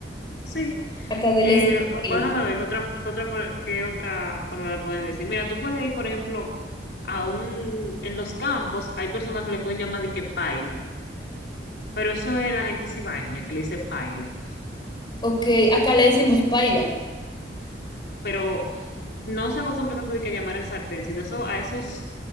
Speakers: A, on the left (about 65°); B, on the left (about 25°).
A: Sí.
B: Acá se
A: Eh,
B: le dice
A: o,
B: paila.
A: pues, déjame ver qué otra, qué otra, por- qué otra forma le pueden decir. Mira, tú puedes ir, por ejemplo, a un, en los campos hay personas que le pueden llamar de que paila. Pero eso es la gente cibaeña que le dice paila.
B: Ok, acá le decimos paila.
A: Pero no se acostumbra tanto de que llamar al sartén, sino eso, a esos